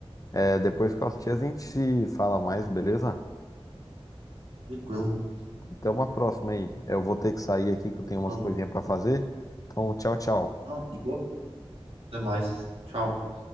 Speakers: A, on the left; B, on the right.
A: É, depois que eu assistir, a gente se fala mais, beleza?
B: Tranquilo.
A: Até uma próxima aí. Eu vou ter que sair aqui que eu tenho umas
B: Falou.
A: coisinhas pra fazer. Então, tchau, tchau.
B: Não, de boa. Até mais. Tchau.